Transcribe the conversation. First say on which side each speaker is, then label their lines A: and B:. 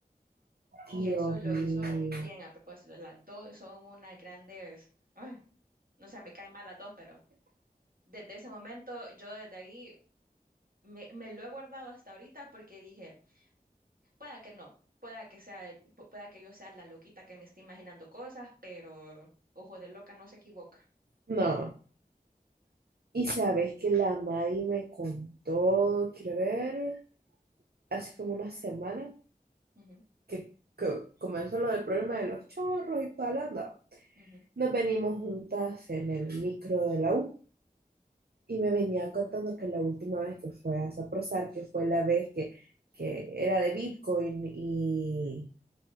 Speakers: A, on the right; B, on the right.
A: y
B: Dios
A: eso lo
B: mío.
A: hizo bien a propósito, las dos son unas grandes, ay, no sé, me caen mal las dos, pero desde ese momento, yo desde ahí, me, me lo he guardado hasta ahorita porque dije, Pueda que no, pueda que sea, eh, pu- pueda que yo sea la loquita que me esté imaginando cosas, pero ojo de loca no se equivoca.
B: No. Y sabes que la Mari me contó, quiero ver, hace como una semana
A: Ujú,
B: que, que comenzó lo del problema de los chorros y toda la onda.
A: ujú,
B: Nos venimos juntas en el micro de la U. Y me venía contando que la última vez que fue a Saprosar, que fue la vez que, que era de Bitcoin y,